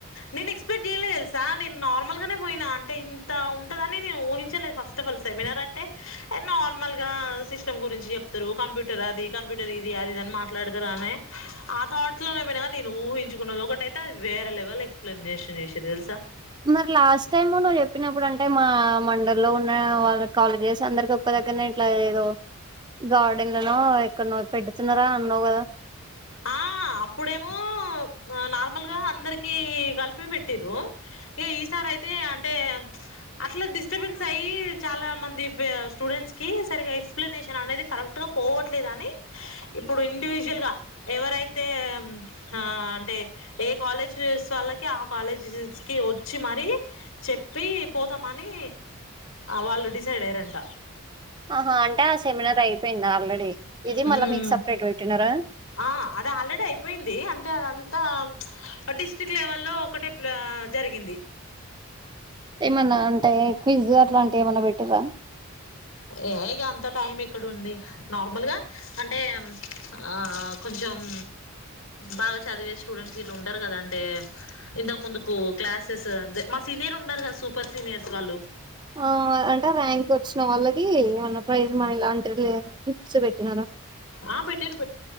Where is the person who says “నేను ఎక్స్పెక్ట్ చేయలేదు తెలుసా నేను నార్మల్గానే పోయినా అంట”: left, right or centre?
Left